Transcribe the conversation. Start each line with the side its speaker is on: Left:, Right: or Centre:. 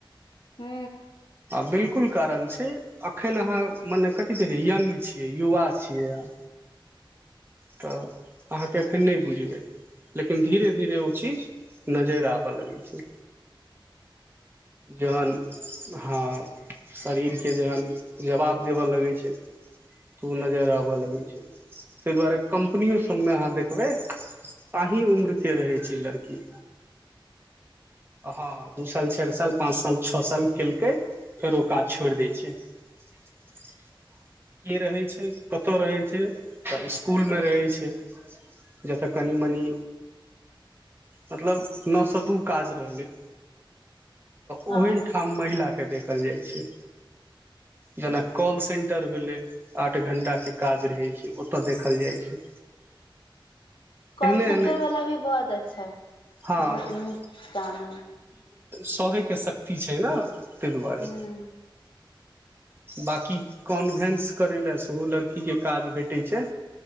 Left: हू
Right: बिल्कुल कारण छै अखन अहाँ मने कथी कही यंग छीयै युवा छीयै अहाँ त अहाँक अखन नइ बुझबै लेकिन धीरे- धीरे ओ चीज नजैर आबऽ लगै छै जन हँ शरीरके जखन जबाब देबऽ लगै छै त ओ नजर आबय लगै छै तय द्वारे कंपनीयौ सब में अहाँ देखबै अहीँ उम्र के रहै छै लड़की हँ दु साल चाइर साल पाँच साल छओ साल केलकै फेर ओ काज छोड़ि दै छै क रहै छै कतय रहै छै तऽ इसकुलमे रहै छै जतय कनि मनी मतलब नऽ स दू काज रहलै
Left: हँ
Right: ओहन ठाम महिला देखल जाइ छै जेना कॉल सेन्टर भेलै आठ घण्टाके काज रहै छै ओतय देखल जाइ छै
Left: कॉल
Right: एहने
Left: सेंटर
Right: एहने
Left: वाला भी बहुत अच्छा है
Right: हँ
Left: बहुत निक काम है
Right: सोहेके सक ती छै ने ताहि दुआरे
Left: हूँ
Right: बकी कॉन्भेन्स करय लए सेहो लड़कीके काज भेटै छै